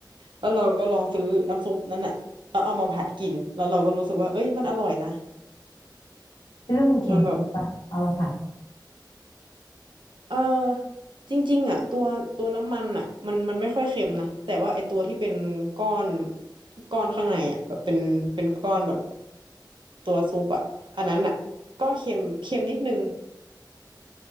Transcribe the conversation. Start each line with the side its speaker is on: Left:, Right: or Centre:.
Right: แล้วเราก็ลองซื้อน้ำซุปนั้นอ่ะแล้วเอามาผัดกินแล้วเราก็รู้สึกว่าเอ้ยมันอร่อยนะ
Left: คิดว่ามันเค็มขึ้นปะเอามาผัด
Right: มันแบบ เออจริงๆอ่ะตัวตัวน้ำมันอ่ะมันมันไม่ค่อยเค็มนะแต่ว่าไอตัวที่เป็นก้อนก้อนข้างในอ่ะแบบเป็นเป็นก้อนแบบตัวซุปอ่ะอันนั้นอ่ะก็เค็มเค็มนิดนึง